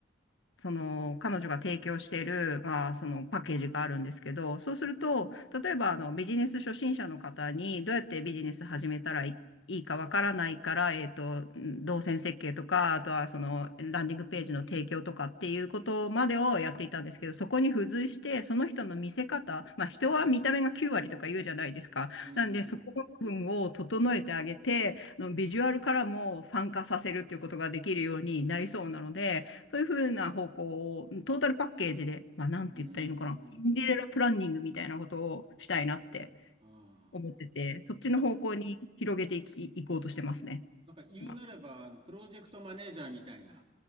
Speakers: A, on the left; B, on the right.
A: その彼女が提供している、まあ、そのパッケージがあるんですけど、そうすると、例えばあのビジネス初心者の方にどうやってビジネス始めたらいいいかわからないから、えっと、動線設計とか、あとはそのランディングページの提供とかっていうことまでをやっていたんですけど、そこに付随して、その人の見せ方、まあ人は見た目が9割とか言うじゃないですか。
B: うん、
A: なんで、そこの部分を整えてあげて、あのビジュアルからもファン化させるっていうことができるようになりそうなので、そういうふうな方向を、トータルパッケージで、まあ、なんて言ったらいいのかな、
B: うん、
A: シンデレラプランニングみたいなことをしたいなって
B: なるほど。ああ、
A: 思ってて、そっちの方向に広げていき、
B: なんか、
A: いこうとしてますね、
B: なんか言うなれば、
A: 今。
B: あの、プロジェクトマネージャーみたいな、